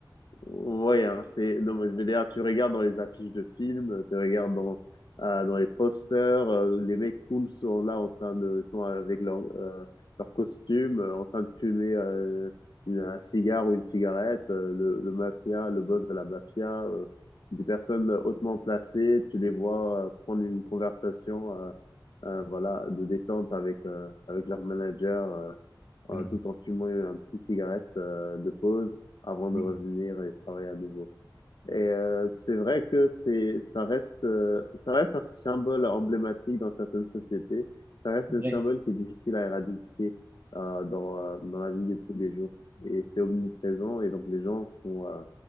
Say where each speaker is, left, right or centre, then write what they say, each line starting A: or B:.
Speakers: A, on the left (about 65°); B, on the right (about 25°).
A: Ouais, hein, c'est, non, mais je veux dire, tu regardes dans les affiches de films, tu regardes dans, euh, dans les posters, euh, les mecs cool sont là en train de, ils sont avec leur, euh, leur costume, euh, en train de fumer euh, une- un cigare ou une cigarette, euh, le, le mafia, le boss de la mafia, euh, des personnes hautement placées, tu les vois euh, prendre une conversation, euh, euh, voilà, de détente avec, euh, avec leur manager. euh, euh,
B: Euh,
A: tout en fumant un petit cigarette euh, de pause avant
B: Oui.
A: de revenir et travailler à nouveau. Et euh, c'est vrai que c'est, ça reste, euh, ça reste un symbole emblématique dans certaines sociétés. Ça reste un
B: Ouais.
A: symbole qui est difficile à éradiquer euh, dans, euh, dans la vie de tous les jours. Et c'est omniprésent et donc les gens sont, euh,